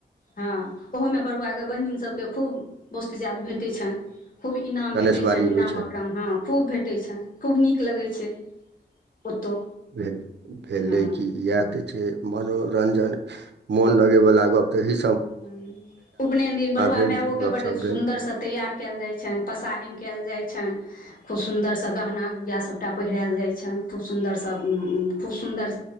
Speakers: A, on the left (about 50°); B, on the right (about 70°).
A: हँ ओहोमे बरुआके बहिन सभके खूब बस। त जात भेटैत छै न। खूब इनाम
B: कनेसबारी
A: भेटै छनि
B: होइ
A: इनामकम हँ खूब भेटै छनि खूब नीक लगै छै। ओतौ
B: भेल, भेलै
A: हँ
B: कि इहाए तऽ छै मनो रंजन मोन लगैवला गप ते ही
A: ह्म्म उपनयन दिन बरुआ
B: भेल
A: मायओके
B: गपशप
A: बड्ड सुन्दरसँ
B: भेल
A: तैयार कयल जाइ छनि पसाहहिन कयल जाइ छनि। खूब सुन्दरसँ गहना गुड़िया सभटा पहिरायल जाइ छनि खूब सुन्दरसँ खूब सुन्दर